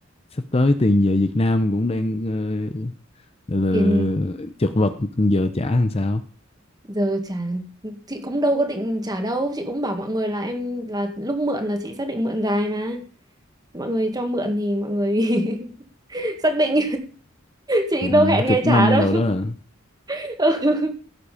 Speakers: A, on the left; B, on the right.
A: sắp tới tiền về Việt Nam cũng đang ờ, là, là
B: tiền
A: chật vật giờ trả làm sao
B: giờ trả chị cũng đâu có định trả đâu chị cũng bảo mọi người là em là lúc mượn là chị xác định mượn dài mà mọi người cho mượn thì mọi người <laughs> xác định chị
A: Bận
B: đâu hẹn
A: chục
B: ngày trả
A: năm
B: đâu
A: rồi
B: <laughs>
A: đó hả?
B: Ừ.